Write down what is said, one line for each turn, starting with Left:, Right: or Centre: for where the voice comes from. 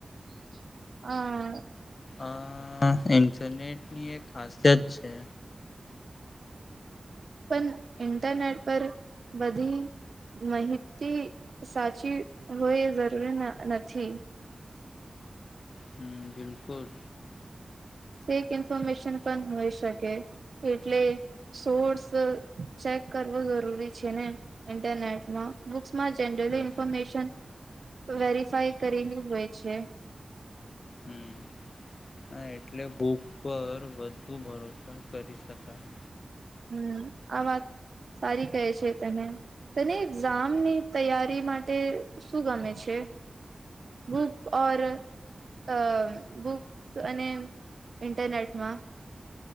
Right: હ <unintelligible>
Left: અ ઇન્ફરનેટ ની એક ખાસિયત છે.
Right: પણ ઈન્ટરનેટ પર બધી માહિતી સાચી હોય જરૂરી નથી.
Left: હ બલકુલ.
Right: ફેક ઇન્ફોર્મેશન પણ હોય શકે એટલે સોર્સ ચેક કરવો જરૂરી છે ને ઇન્ટરનેટમાં. માં જનરલી
Left: હમ
Right: ઇન્ફોર્મેશન. વેરિફાઈ કરેલી હોય છે.
Left: હમ હા એટલે બૂક પર બુ ભરોસા કરી શકાય.
Right: હમ આ વાત સારી કહે છે તને તને એક્ઝામની તૈયારી માટે શું ગમે છે બુક ઓર અ બુક અને ઇન્ટરનેટમાં.